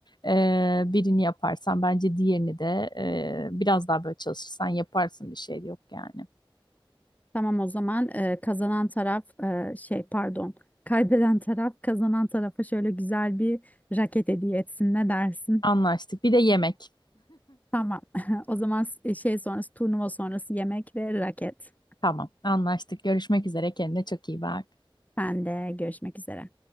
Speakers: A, on the left (about 55°); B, on the left (about 15°).
A: Ee, birini yaparsan bence diğerini de e, biraz daha böyle çalışırsan yaparsın bir şey yok yani.
B: <laughs> Tamam o zaman e, kazanan taraf e, şey pardon kaybeden taraf kazanan tarafa şöyle güzel bir raket hediye etsin ne dersin?
A: Anlaştık. Bir de yemek.
B: Tamam <laughs> o zaman s- şey sonrası turnuva sonrası yemek ve raket.
A: Tamam, anlaştık. Görüşmek üzere. Kendine çok iyi bak.
B: Ben de görüşmek üzere.